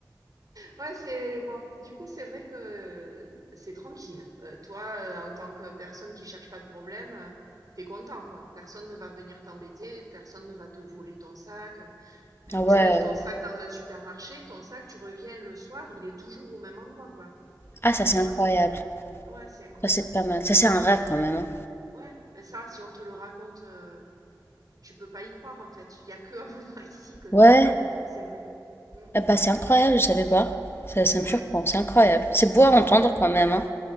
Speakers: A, on the right (about 55°); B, on the left (about 30°).
A: Ouais, c'est bon. Du coup, c'est vrai que euh, c'est tranquille. Euh, toi, euh, en tant que personne qui cherche pas de problème, euh, t'es content, quoi. Personne ne va venir t'embêter, personne ne va te voler ton sac. Puis
B: Ah ouais,
A: tu laisses
B: ouais.
A: ton
B: ouais.
A: sac dans un supermarché, ton sac, tu reviens le soir, il est toujours au même endroit, quoi.
B: ah ça
A: Tu
B: c'est
A: vois?
B: incroyable,
A: Ouais, c'est incroyable.
B: ça c'est pas mal,
A: Mm.
B: ça c'est un rêve quand même. hein.
A: Ouais, mais ça, si on te le raconte, euh, tu peux pas y croire, en fait. Il y a que en <laughs> venant ici que tu
B: Ouais,
A: te rends compte que c'est vrai. Mm.
B: Ah bah c'est incroyable, je savais pas, ça, ça me
A: Ouais,
B: surprend, c'est incroyable, c'est beau à entendre
A: ouais.
B: quand même. hein.